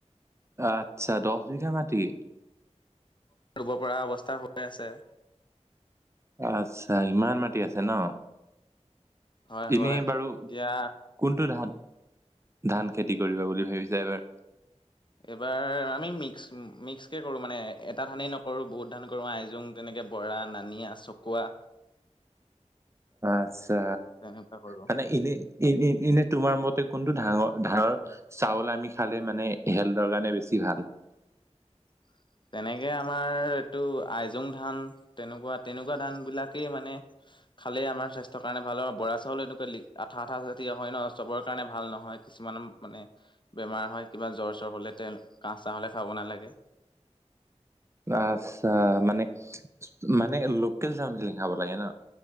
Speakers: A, on the right; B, on the left.
A: আচ্ছা দহ বিঘা মাটি
B: ৰুব পৰা অৱস্থা হৈ আছে
A: আচ্ছা ইমান মাটি আছে ন
B: হয় হয়।
A: এনেই বাৰু
B: এতিয়া
A: কোনটো ধান ধান খেতি কৰিবা বুলি ভাবিছো এবাৰ
B: এইবাৰ আমি মিক্স মিক্স কে কৰো মানে এটা ধানেই নকৰো বহুত ধান কৰো আইজোং তেনেকে এনেকে বৰা নানিয়া চকুৱা
A: আচ্ছা
B: তেনেকুৱা কৰো।
A: মানে ইনে এনে তোমাৰ মতে কোনটো ধাঙৰ ধানৰ চাউল আমি খালে মানে হেল্থৰ কাৰণে বেছি বিহাল <unintelligible>
B: <unintelligible> তেনেকে আমাৰ এইটো আইজোং ধান তেনেকুৱা তেনেকুৱা ধান বিলাকেই মানে খালেই আমাৰ স্বাস্থ্যৰ কাৰণে ভাল হয় আৰু বৰা চাউল এনেকুৱা লি আঠা আঠা হয় ন চবৰ কাৰণে ভাল নহয় কিছুমান মানে বেমাৰ হয় কিবা জ্বৰ চৰ হলে তেওঁ কাহ চাহ হলে খাব নালাগে
A: অ আচ্ছা মানে মানে লোকেল চাউলখিনি খাব লাগে ন